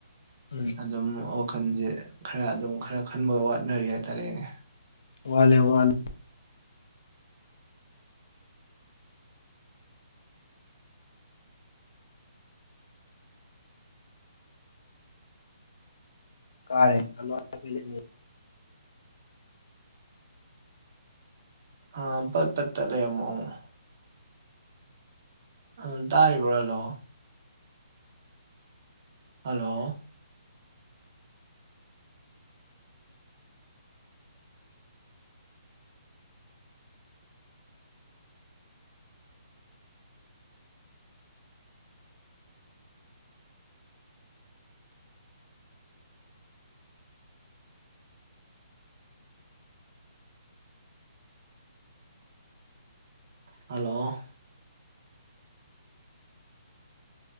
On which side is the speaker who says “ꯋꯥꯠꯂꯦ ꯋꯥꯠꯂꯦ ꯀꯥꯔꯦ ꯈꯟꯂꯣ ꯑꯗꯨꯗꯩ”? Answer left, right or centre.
Left